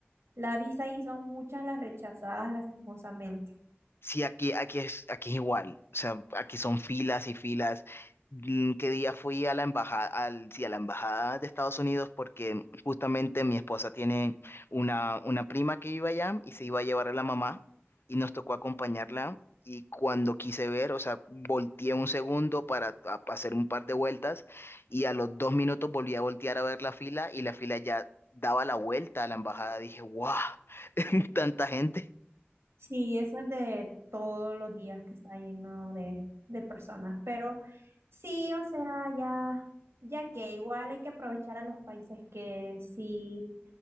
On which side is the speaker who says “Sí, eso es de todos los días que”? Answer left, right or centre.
Right